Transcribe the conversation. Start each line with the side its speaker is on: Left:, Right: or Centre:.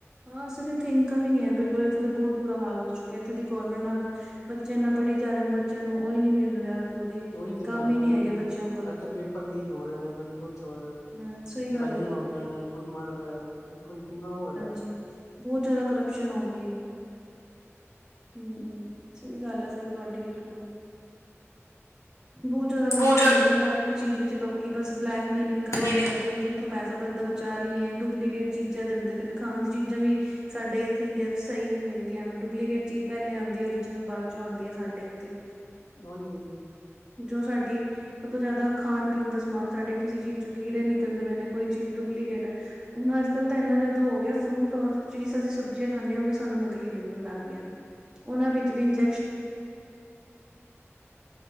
Right: ਹਾਂ ਸਰ ਇੱਥੇ ਇਨਕਮ ਹੀ ਨੀ ਹੈ, ਬਿਲਕੁਲ ਇੱਥੇ ਤਾਂ ਬਹੁਤ। ਬੁਰਾ ਹਾਲ ਹੋ ਚੁੱਕਿਆ, ਇੱਥੇ ਦੀ ਗੌਰਮੈਂਟ ਨਾ, ਬੱਚੇ ਇਨਾ ਪੜ੍ਹੀ ਜਾ ਰਹੇ ਨੇ, ਬੱਚਿਆਂ ਨੂੰ ਉਹ ਹੀ ਨੀ ਮਿਲ ਰਿਹਾ। ਅੱਗੋਂ ਦੀ
Left: ਉਹੀ ਤਾਂ
Right: ਕੰਮ
Left: ਗੱਲ
Right: ਹੀ
Left: ਹੈ
Right: ਨਹੀਂ
Left: ਨਾ
Right: ਹੈਗੇ
Left: ਜੀ,
Right: ਬੱਚਿਆਂ ਕੋਲ
Left: ਇੱਥੇ ਪੇਪਰ ਲੀਕ ਹੋ ਰਹੇ ਨੇ, ਕਦੀ ਕੁਛ ਹੋ ਰਿਹਾ।
Right: ਹਮ ਸਹੀ
Left: ਲੜਾਈਆਂ
Right: ਗੱਲ ਹੈ ਜੀ।
Left: ਹੋ ਰਹੀਆਂ ਨੇ, ਕੋਈ ਮਰ ਰਿਹਾ, ਦੇਖੋ ਜੀ ਕਿੰਨਾ ਉਹ ਹੈਗਾ।
Right: ਜੀ, ਬਹੁਤ ਜਿਆਦਾ ਕਰਪਸ਼ਨ ਹੋ ਗਈ ਏ। ਹਮ -ਹਮ, ਸਹੀ ਗੱਲ ਆ, ਸਰ ਤੁਹਾਡੀ ਬਿਲਕੁਲ। ਬਹੁਤ ਜਿਆਦਾ ਕਰਪਸ਼ਨ
Left: ਬਹੁਤ
Right: ਹੋ ਗਈ ਹਰ ਇੱਕ। ਚੀਜ਼ ਵਿੱਚ ਲੋਕੀ ਬਸ ਬਲੈਕਮੇਲਿੰਗ ਕਰਨ
Left: ਮਿਲੇਗੇ
Right: ਤੇ ਲੱਗੇ। ਜਿੱਥੋਂ ਪੈਸਾ ਬਚਦਾ ਬਚਾ ਲਈਏ ਡੁਪਲੀਕੇਟ। ਚੀਜ਼ਾਂ ਦਿੰਦੇ ਪਣੇ ਹਨ। ਖਾਣ ਦੀ ਚੀਜ਼ਾਂ ਵੀ ਸਾਡੇ ਇੱਥੇ ਇੰਡੀਆ ਵਿੱਚ ਸਹੀ ਨੀ ਮਿਲਦੀਆਂ, ਡੁਪਲੀਕੇਟ ਚੀਜ਼ ਪਹਿਲੇ ਆਉਂਦੀ ਆ ਉਹ। ਬਾਅਦ ਚੋਂ ਆਉਂਦੀ ਹੈ ਸਾਡੇ ਇੱਥੇ।
Left: ਉਹੀ ਤੇ ਹੈ ਜੀ।
Right: ਜੋ ਸਾਡੀ ਸਭ ਤੋਂ ਜ਼ਿਆਦਾ ਖਾਣ-ਪੀਣ, ਦਾ ਸਮਾਨ ਸਾਡੇ ਕਿਸੇ ਚੀਜ਼ ਚੋਂ ਕੀੜੇ ਨੀ- ਕਲਦੇ ਪਏ ਨੇ, ਕੋਈ ਚੀਜ਼ ਡੁਪਲੀਕੇਟ ਹੈ, ਹੁਣ ਅੱਜ ਕੱਲ ਤਾਂ ਇੰਨਾ ਜ਼ਿਆਦਾ ਹੋ ਗਿਆ। ਫਰੂਟ ਔਰ ਜਿ ਅਸੀਂ ਸਬਜ਼ੀਆਂ ਖਾਂਦੇ ਹ, ਉਹ ਵੀ ਸਾਨੂੰ ਨਕਲੀ ਮਿਲਣ ਲੱਗ ਗਈ ਉਹਨਾਂ ਵਿੱਚ ਵੀ ਇੰਜੈਕਸ਼ਨ।